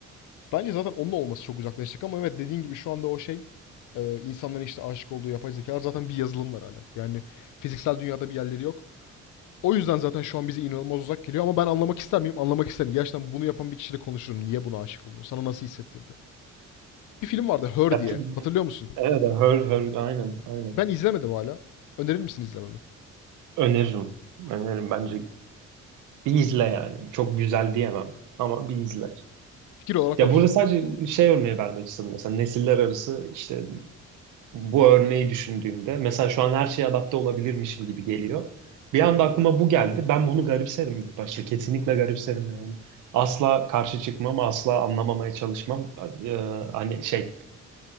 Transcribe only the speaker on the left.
Bence zaten onun olması çok uzaklaştık ama evet dediğin gibi şu anda o şey e, insanların işte aşık olduğu yapay zekalar zaten bir yazılımlar hala. Yani fiziksel dünyada bir yerleri yok. O yüzden zaten şu an bize inanılmaz uzak geliyor ama ben anlamak ister miyim? Anlamak isterim. Gerçekten bunu yapan bir kişiyle konuşurum. Niye buna aşık oldun? Sana nasıl hissettirdi? Bir film vardı Her
diye.
Hatırlıyor musun?
Ben izlemedim hala. Önerir misin izlememi?
Fikir olarak
hoş
diyorsun.